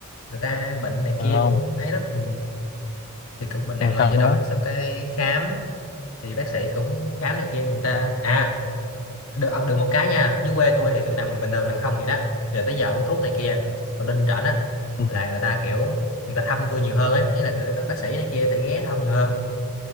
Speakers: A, on the left (about 85°); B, on the left (about 45°).
A: người ta bệnh này
B: ừ
A: kia
B: không
A: cũng ấy lắm ừ. thì cũng bệnh nặng
B: xong rồi
A: mà
B: sao
A: vô
B: nữa
A: động xong cái khám thì bác sĩ cũng khám này kia người ta à được ờ, được một cái nha dưới quê tôi thì tôi nằm bình thường nằm không vậy đó rồi tới giờ uống thuốc này kia còn lên rảnh á
B: ừ
A: là người ta kiểu người ta thăm tôi nhiều hơn ấy ý là kiểu bác, bác sĩ này kia sẽ ghé thăm nhiều hơn